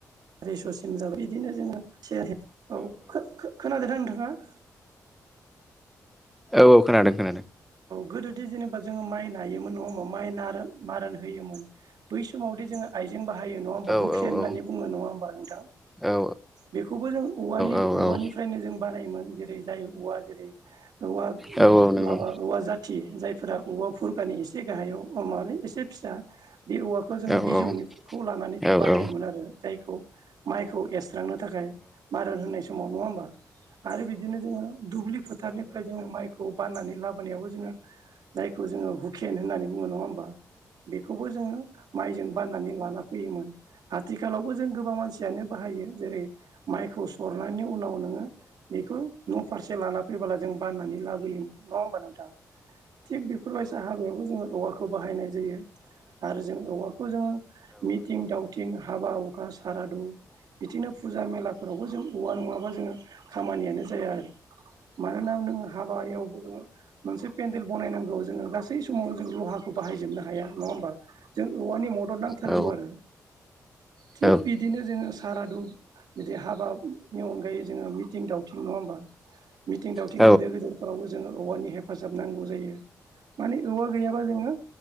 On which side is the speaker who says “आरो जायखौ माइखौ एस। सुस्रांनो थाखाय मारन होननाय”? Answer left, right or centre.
Right